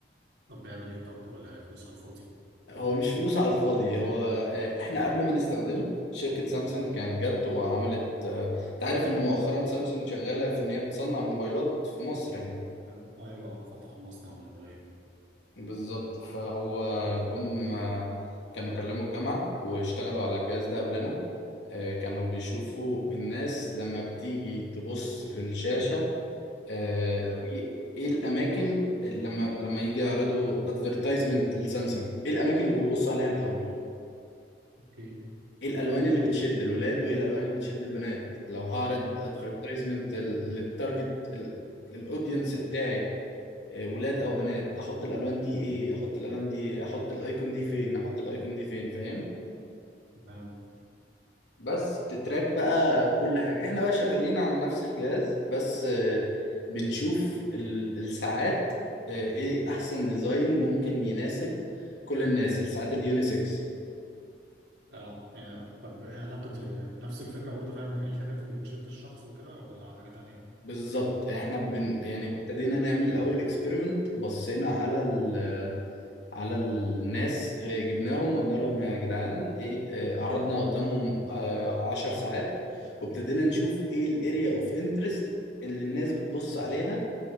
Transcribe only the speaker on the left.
هو مش فلوس على الفاضي هو آه، احنا قبل ما نستخدمه شركة سامسونج كانت جت وعملت آه، تعرف ان مؤخرا سامسونج شغالة في ان هي بتصنع موبايلات في مصر يعني
بالظبط فهو
جم آه، كانوا كلموا الجامعة واشتغلوا على الجهاز ده قبلنا آه، كانوا بيشوفوا الناس لما بتيجي تبص في الشاشة آه،
ايه ايه الاماكن اللي لما لما يجي يعرضوا ادفرتايزمنت لسامسونج ايه الاماكن اللي بيبصوا عليها الاول
ايه الالوان اللي بتشد الولاد وايه الالوان اللي بتشد البنات لو هعرض ادفرتايزمنت
للتارجت الاودينس بتاعي آه، ولاد او بنات احط الالوان دي ايه احط الالوان دي إيه؟ احط الايكون دي فين احط الايكون دي فين فاهم
بس بتتراك بقى كل حاجة احنا بقى شغالين على نفس الجهاز بس آه، بنشوف ال- الساعات آه، ايه احسن ديزاين ممكن يناسب كل الناس الساعات اليونيسكس
بالظبط احنا بن يعني
ابتدينا نعمل الاول اكسبيرمنت بصينا على ال على الناس آه، جبناهم وقلنا لهم يا جدعان ايه آه، عرضنا قدامهم آه، عشر ساعات وابتدينا نشوف ايه الاريا اوف انترست اللي الناس بتبص عليها